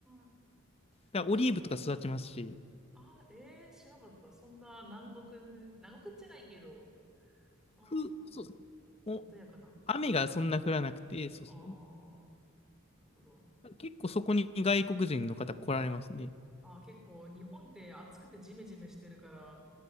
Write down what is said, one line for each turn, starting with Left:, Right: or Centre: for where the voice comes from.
Centre: ー、
Left: だからオリーブとか育ちますし、
Centre: じゃあ。あ、ええ知らなかった。そんな南国、南国じゃないけど、あ
Left: く、そうですね。お、
Centre: あ、穏やかな。
Left: 雨がそんな降らなくて、そうですね。
Centre: ああ、なるほど。
Left: 結構そこに外国人の方来られますね。
Centre: ああ、結構日本って暑くてジメジメしてるから、